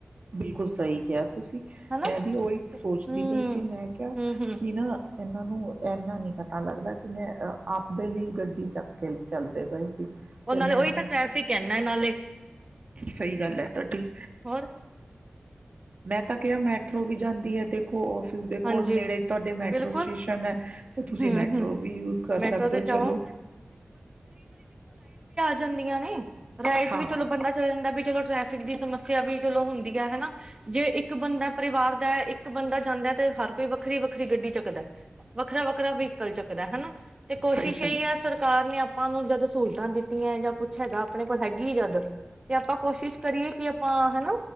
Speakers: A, on the right (about 45°); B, on the right (about 25°).
A: ਬਿਲਕੁਲ ਸਹੀ ਕਿਹਾ ਤੁਸੀਂ
B: ਹਨਾ
A: ਮੈਂ ਵੀ ਉਹੀ ਸੋਚਦੀ
B: ਹੂੰ
A: ਪਈ ਸੀ ਮੈਂ ਕਿਹਾ
B: ਹੂੰ ਹੂੰ
A: ਕਿ ਨਾ ਇਹਨਾਂ ਨੂੰ ਇਨਾ ਨਹੀਂ ਪਤਾ ਲੱਗਦਾ। ਕਿ ਮੈਂ ਆਪਦੇ ਲਈ ਗੱਡੀ ਚ, ਪੱਕੇ ਈ। ਚੱਲਦੇ ਪਏ ਸੀ
B: ਉਹ
A: ਤੇ
B: ਨਾਲੇ
A: ਮੈਂ
B: ਉਹੀ
A: ਨਾ
B: ਤਾਂ ਟ੍ਰੈਫਿਕ ਹੈ ਨਾ ਨਾਲੇ
A: ਸਹੀ ਗੱਲ ਹੈ, ਤੁਹਾਡੀ
B: ਹੋਰ
A: ਮੈਂ ਤਾਂ ਕਿਹਾ ਮੈਟਰੋ ਵੀ ਜਾਂਦੀ ਹੈ। ਦੇਖੋ ਔਫੀਸ ਦੇ
B: ਹਾਂਜੀ
A: ਕੋਲ ਨੇੜੇ ਤੁਹਾਡੇ ਮੈਟਰੋ
B: ਬਿਲਕੁਲ
A: ਸਟੇਸ਼ਨ ਹੈ, ਤੇ ਤੁਸੀਂ
B: ਹੂੰ
A: ਮੈਟਰੋ
B: ਹੂੰ
A: ਵੀ ਯੂਜ ਕਰ
B: ਮੈਟਰੋ
A: ਸਕਦੇ ਹੋ
B: ਤੇ ਜਾਓ
A: ਚਲੋ।
B: ਜਾਦੀਆਂ ਨੇ, ਰਾਈਟ
A: ਹਾਂ।
B: ਚ ਵੀ ਚਲੋ ਬੰਦਾ ਚਲ ਜਾਂਦਾ ਚਲੋ ਟ੍ਰੈਫਿਕ ਦੀ ਸਮੱਸਿਆ ਵੀ ਚਲੋ ਹੁੰਦੀ ਹੈ ਹਨਾ, ਜੇ ਇੱਕ ਬੰਦਾ ਪਰਿਵਾਰ ਦਾ ਇੱਕ ਇੱਕ ਬੰਦਾ ਜਾਂਦਾ ਤੇ ਹਰ ਕੋਈ, ਇਹ ਵੱਖਰੀ ਗੱਡੀ ਚੱਕਦਾ, ਵੱਖਰਾ ਵੱਖਰਾ ਵੀ, ਕਲ ਚੁੱਕਦਾ ਹਨਾ ਤੇ ਕੋਸ਼ਿਸ਼
A: ਸਹੀ ਗੱਲ
B: ਇਹੀ ਹੈ ਸਰਕਾਰ ਸਾਨੂੰ ਜਦ ਸਹੂਲਤਾਂ ਦਿੱਤੀਆਂ ਜਾਂ ਕੁਛ ਹੈਗਾ ਆਪਣੇ ਕੋਲ ਹੈਗੀ ਜਦ ਤੇ ਆਪਾਂ ਕੋਸ਼ਿਸ਼ ਕਰੀਏ ਕਿ ਆਪਾਂ ਹਨਾ।